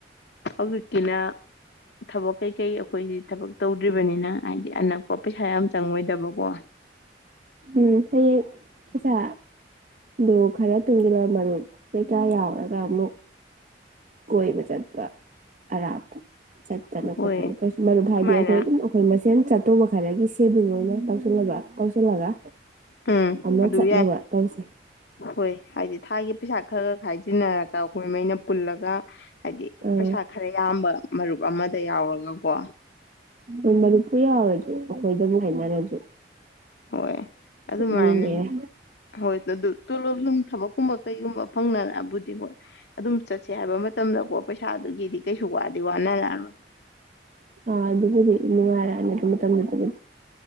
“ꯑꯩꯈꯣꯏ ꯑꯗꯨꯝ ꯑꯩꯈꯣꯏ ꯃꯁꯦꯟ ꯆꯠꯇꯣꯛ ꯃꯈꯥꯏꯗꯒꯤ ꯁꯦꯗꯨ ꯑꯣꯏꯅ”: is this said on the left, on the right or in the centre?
Right